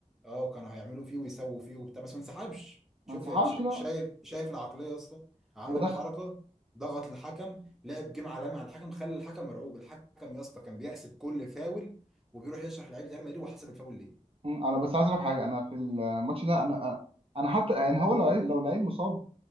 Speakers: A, in the centre; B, on the right (about 45°).
A: اه كانوا هيعملوا فيه ويسووا فيه وبتاع بس ما انسحبش شوف
B: ما انسحبش
A: يا- شا-
B: لا
A: شايف شايف العقليه يا اسطى عمل
B: ودخل
A: الحركه ضغط الحكم لعب جيم عالمي على الحكم خلى الحكم مرعوب الحكم يا اسطى كان بيحسب كل فاول وبيروح يشرح لعيبه ريال مدريد وحسب الفاول ليه
B: مم، انا بس عايز اقول لك حاجه انا في الماتش ده انا انا حتى يعني هو لو لعيب لو لعيب مصاب